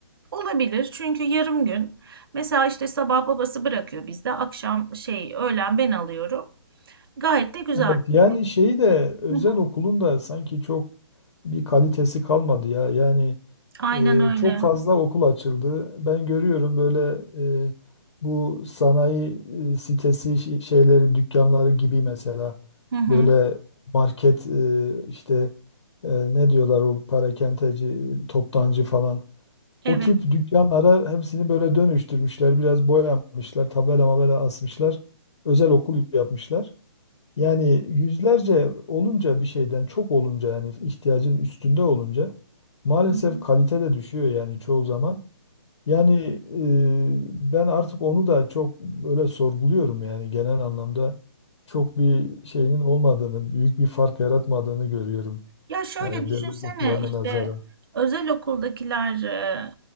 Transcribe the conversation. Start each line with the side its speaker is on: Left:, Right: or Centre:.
Right: olabilir. Çünkü yarım gün mesela işte sabah babası bırakıyor bizde akşam şey öğlen ben alıyorum. Gayet de güzel.
Left: Evet, yani
Right: Bir de-
Left: şeyi de özel
Right: Hı hı.
Left: okulun da sanki çok bir kalitesi kalmadı ya. Yani
Right: Aynen
Left: e,
Right: öyle.
Left: çok fazla okul açıldı. Ben görüyorum böyle e, bu sanayi e, sitesi şi- şeyleri, dükkanları gibi mesela
Right: Hı hı.
Left: böyle market e, işte e, ne diyorlar o parakendeci, toptancı falan.
Right: Evet.
Left: O tip dükkanlara hepsini böyle dönüştürmüşler. Biraz boyamışlar, tabela mabela asmışlar. Özel okul yapmışlar. Yani yüzlerce olunca bir şeyden çok olunca yani ihtiyacın üstünde olunca maalesef
Right: Hı hı.
Left: kalite de düşüyor yani çoğu zaman. Yani e, ben artık onu da çok böyle sorguluyorum yani genel anlamda çok bir şeyinin olmadığını, büyük bir fark yaratmadığını görüyorum.
Right: Ya şöyle
Left: Yani
Right: düşünsene
Left: devlet okullarına
Right: işte
Left: nazaran.
Right: özel okuldakiler e,